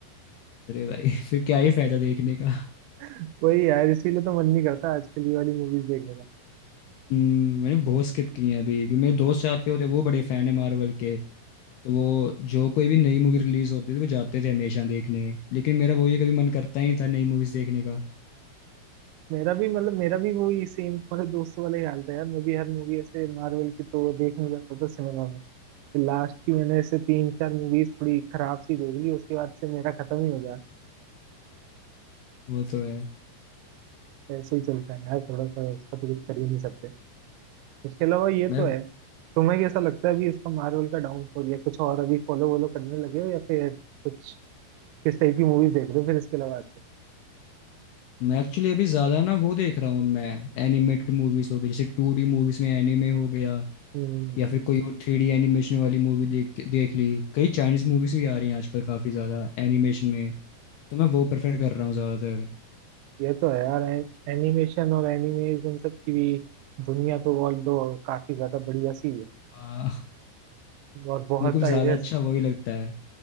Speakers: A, on the left; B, on the right.
A: अरे भाई <laughs> फिर क्या ही फायदा देखने का
B: <laughs> वही यार इसीलिए तो मन नहीं करता आजकल ये वाली मूवीज देखने का
A: हम्म, मैंने बहुत स्किप किए हैं अभी क्योंकि मेरे दोस्त चाहते होते वो बड़े फैन है मार्वल के तो वो जो कोई भी नई मूवी रिलीज होती थी वो जाते थे हमेशा देखने लेकिन मेरा वो ये कभी मन करता ही नहीं था नई मूवीज देखने का
B: मेरा भी मतलब मेरा भी वही सेम तुम्हारे दोस्तों वाला ही हाल था यार मैं भी हर मूवी ऐसे मार्वल की तो देखने जाता था सिनेमा में लास्ट की मैंने ऐसे तीन चार मूवीज थोड़ी खराब सी देख ली उसके बाद से मेरा खत्म ही हो गया
A: वो तो है
B: ऐसे ही चलता है यार थोड़ा सा इसका तो कुछ कर ही नहीं सकते उसके अलावा ये
A: मैं
B: तो है तुम्हें कैसा लगता है अभी इसका मार्वल का डाउनफॉल या कुछ और अभी फॉलो वॉलो करने लगे हो या फिर कुछ किस टाइप की मूवीज देख रहे हो फिर इसके अलावा आजकल
A: मैं एक्चुअली अभी ज्यादा ना वो देख रहा हूँ मैं एनिमेटेड मूवीज हो गई जैसे टू डी मूवीज में एनिमे हो गया
B: हम्म
A: या फिर कोई और थ्री डी एनिमेशन वाली मूवी देख देख ली कई चाइनीज मूवीज भी आ रही हैं आजकल काफी ज्यादा एनिमेशन में तो मैं वो प्रेफर कर रहा हूँ ज्यादातर
B: ये तो है यार एनिमेशन और एनिमेज इन सब की भी दुनिया तो ऑल दो काफी ज्यादा बढ़िया सी है
A: हाँ
B: और बहुत
A: मेरे को
B: आई
A: ज्यादा
B: गेस
A: अच्छा वही लगता है